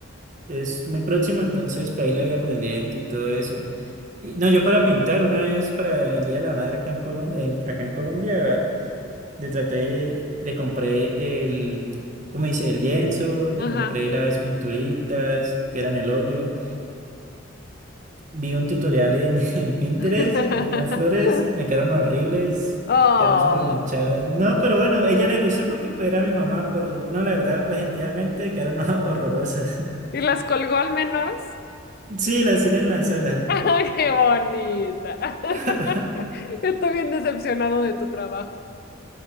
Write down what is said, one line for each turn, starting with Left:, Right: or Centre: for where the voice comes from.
Right: es muy próximo, entonces pues, ahí le voy aprendiendo y todo eso. Y, no, yo para pintar una vez para el Día de la Madre acá en Colombia, acá en Colombia, le traté, le compré el, ¿cómo dice? El lienzo, le
Left: Ajá.
Right: compré las pinturitas que eran el óleo. Vi un tutorial en, <laughs> en Pinterest
Left: <laughs>
Right: de unas flores, me quedaron horribles,
Left: Oh.
Right: quedaron súper manchadas. No, pero bueno, ella le gustó porque pues, era mi mamá, pero uno la verdad, objetivamente, quedaron <laughs> horrorosas.
Left: ¿Y las colgó al menos?
Right: Sí, las tienen en la sala.
Left: <laughs> ¡Ay, qué bonita!
Right: <laughs>
Left: <laughs> Estoy bien decepcionado de tu trabajo.